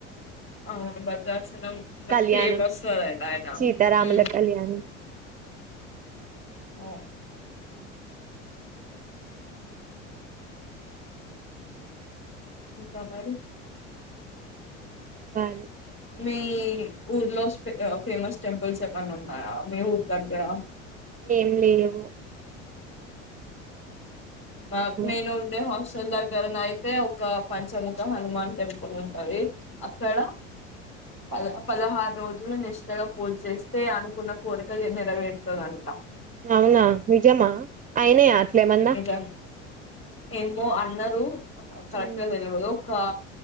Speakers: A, on the left; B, on the right.
A: అవును భద్రాచలం తప్ప
B: కళ్యాణం
A: <unintelligible> ఆయన
B: సీతారాముల
A: యూ
B: కళ్యాణం
A: ఓ
B: హ
A: ఇంకా మరి
B: చెప్పాలి
A: మీ ఊర్లో ఫేమస్ టెంపుల్స్ ఏమైన్నా ఉన్నాయా మీ ఉరి దగ్గర
B: ఏం లేవు
A: మా
B: ఏమో
A: నేను ఉండే హాస్టల్ గరనైతే ఒక పంచముఖ హనుమాన్ టెంపుల్ ఉంటది అక్కడ పద పదహారు రోజులు నిష్టగా పూజ చేస్తే అనుకున్న కోరిక నెరవేరుతదంట
B: అవునా నిజమా అయినాయా అట్లేమన్నా
A: <unintelligible> ఏమో అన్నారు కరెక్టుగా
B: ఉమ్,
A: తెలవదు ఒక